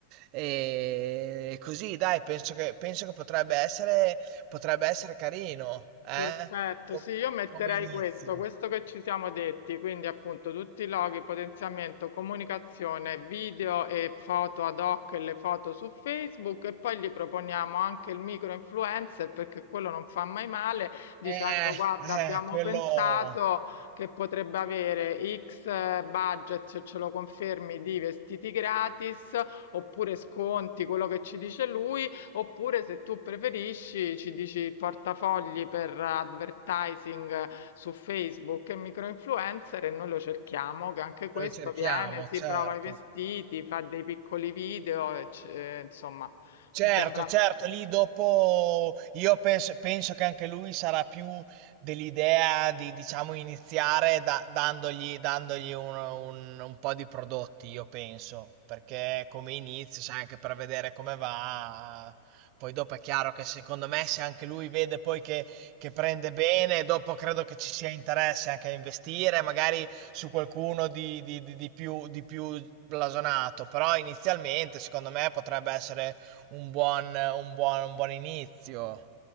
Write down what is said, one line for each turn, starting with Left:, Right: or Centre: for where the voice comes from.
Right: e così, dai, penso che, penso che potrebbe essere, potrebbe essere carino, eh?
Left: Perfetto,
Right: Com-
Left: sì, io metterei
Right: Come inizio.
Left: questo, questo che ci siamo detti, quindi appunto tutti i loghi, potenziamento, comunicazione, video e foto ad hoc e le foto su Facebook e poi gli proponiamo anche il micro influencer perché quello non fa mai male dicendo
Right: Eh,
Left: guarda
Right: eh,
Left: abbiamo
Right: quello
Left: pensato che potrebbe avere X eh, budget se ce lo confermi di vestiti gratis oppure sconti, quello che ci dice lui Oppure, se tu preferisci, ci dici il portafogli per advertising su Facebook e microinfluencer e noi lo cerchiamo, che anche
Right: che
Left: questo
Right: noi cerchiamo,
Left: viene, si
Right: certo.
Left: prova i vestiti, fa dei piccoli video, e c- e, insomma,
Right: Certo,
Left: mi sembra
Right: certo, lì dopo io penso, penso che anche lui sarà più dell'idea di, diciamo, iniziare da- dandogli, dandogli un, un- un po' di prodotti, io penso, perché come inizio, sai, anche per vedere come va, poi dopo è chiaro che secondo me se anche lui vede poi che, che prende bene, dopo credo che ci sia interesse anche a investire, magari su qualcuno di, di- di- di più, di più blasonato, però inizialmente secondo me potrebbe essere un buon, un buon, un buon inizio.